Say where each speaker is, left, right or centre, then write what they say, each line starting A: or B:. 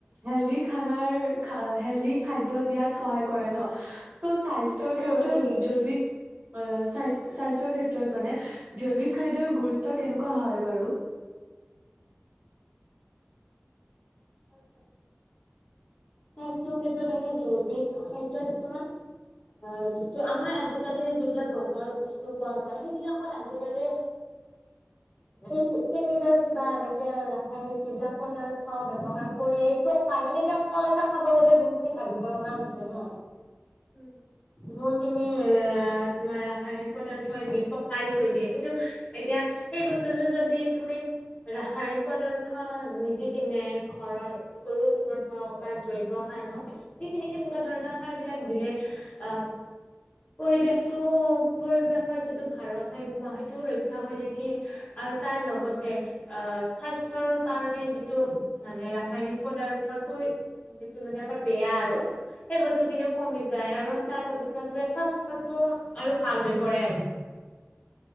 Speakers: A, on the right; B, on the left.
A: হেল্ডি খানাৰ খাআ হেল্ডি খাদ্য দিয়াত সহায় কৰে ন ত' স্বাই স্থ্যৰ
B: উম
A: ক্ষেত্ৰত
B: হয় দে
A: জৈৱিক অ', চাই স্বাস্থ্যৰ ক্ষেত্ৰত মানে, জৈৱিক খাদ্যৰ গুৰুত্ব কেনেকুৱা হয় বাৰু?
B: <unintelligible> স্বাস্থ্যৰ ক্ষেত্ৰত কাৰণে জৈৱিক খাদ্যত কিমান আ, যিটো আমাৰ আজিকালি যিবিলাক বজাৰত বস্তু পোৱা যায়, সেইবিলাকত আজিকালি
A: <inaudible>
B: মেইনলী কেমিকেলচ বা এনেকে ৰাসায়নিক যিবিলাক পদাৰ্থ ব্যৱ ৱহাৰ কৰিয়েই পকাই, মানে এতিয়া কল এটা খাব গ'লেও বহুত খিনি ভাবিব লগা হৈছে ন।
A: উম।
B: বহুতখিনি এ তোমাৰ ৰাসায়নিক পদাৰ্থই দি পকাই থৈ দিয়ে, কিন্তু এতিয়া সেই বস্তুটো যদি তুমি ৰাসায়নিক পদাৰ্থ নিদি কিনে ঘৰৰ গৰু গোবৰ হওক বা জৈৱসাৰ হওক যিখিনি এনেকোৱা ধৰণৰ সাৰবিলাক দিলে অহ পৰিৱেশটো পৰিৱেশৰ যিটো ভাৰসাম্য সেইটো ৰক্ষা হৈ থাকিল। আৰু তাৰ লগতে আহ স্বাস্থ্যৰ কাৰণে যিটো মানে ৰাসায়নিক পদাৰ্থটোৰ যিটো মানে আমাৰ বেয়া আৰু সেই বস্তুখিনিও
A: উম,
B: কমি যায় আৰু তাৰ স্বাস্থ্যটো আৰু ভাল হৈ পৰে আৰু।